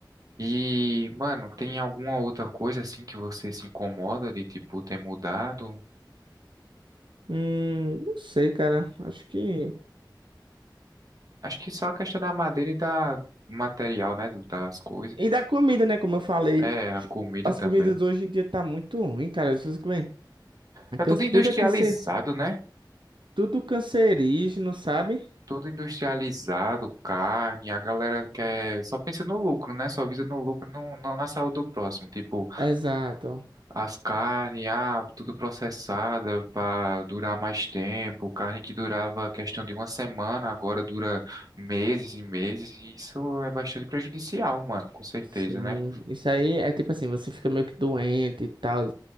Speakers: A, on the right; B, on the right.
A: E, mano, tem alguma outra coisa assim que você se incomoda de tipo ter mudado?
B: Hum, não sei, cara. Acho que.
A: Acho que só a questão da madeira e da do material, né, do- das coisas.
B: E da comida, né? Como eu falei,
A: É, a comida
B: as
A: também.
B: comidas hoje em dia tá muito ruim, cara. Se você comer. é
A: Tá
B: can-
A: tudo industrializado,
B: Tudo é cancer,
A: né?
B: tudo cancerígeno, sabe?
A: Tudo industrializado, carne, a galera quer, só pensa no lucro, né? Só visa no lucro, não, não na saúde do próximo. Tipo,
B: Exato.
A: as carnes, ah, tudo processada para durar mais tempo. Carne que durava questão de uma semana, agora dura meses e meses. E isso é bastante prejudicial, mano, com certeza,
B: Sim,
A: né?
B: isso aí é tipo assim, você fica meio que doente e tal,